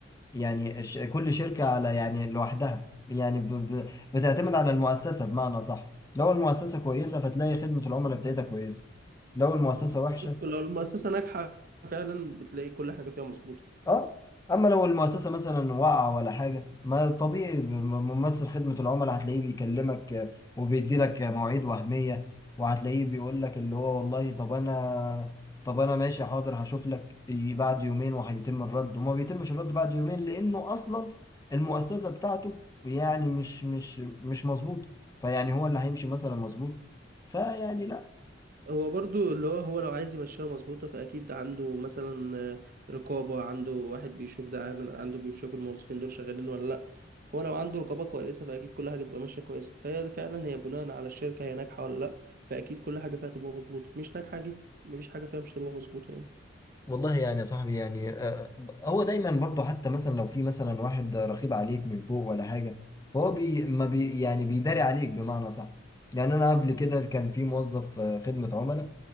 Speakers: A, on the left; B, on the right.
A: يعني الش كل شركة على يعني لوحدها يعني ب ب بتعتمد على المؤسسة بمعنى صح لو المؤسسة كويسة فتلاقي خدمة العملاء بتاعتها كويسة لو المؤسسة وحشة
B: لو المؤسسة ناجحة فعلا بتلاقي كل حاجة فيها مظبوطة
A: اه اما لو المؤسسه مثلا وقع ولا حاجه ما طبيعي م- ممثل خدمه العملاء هتلاقيه بيكلمك آه، وبيدي لك آه، مواعيد وهميه وهتلاقيه بيقول لك اللي هو والله طب انا طب انا ماشي حاضر هشوف لك يجي بعد يومين وهيتم الرد وما بيتمش الرد بعد يومين لانه اصلا المؤسسه بتاعته يعني مش مش مش مظبوط فيعني هو اللي هيمشي مثلا مظبوط فيعني لا
B: هو برضو اللي هو هو لو عايز يمشيها مظبوطة فأكيد عنده مثلا آه، رقابة عنده واحد بيشوف ده عن- عنده بيشوف الموظفين دول شغالين ولا لأ هو لو عنده رقابة كويسة فأكيد كل حاجة تبقى ماشية كويسة فهي دي فعلا هي بناء على الشركة هي ناجحة ولا لأ فأكيد كل حاجة فيها تبقى مظبوطة مش ناجحة أكيد مفيش حاجة فيها مش تبقى مظبوطة يعني
A: والله يعني يا صاحبي يعني آه، هو دايما برضه حتى مثلا لو في مثلا واحد رقيب عليك من فوق ولا حاجه فهو بي ما بي يعني بيداري عليك بمعنى صح يعني انا قبل كده كان في موظف آه، خدمه عملاء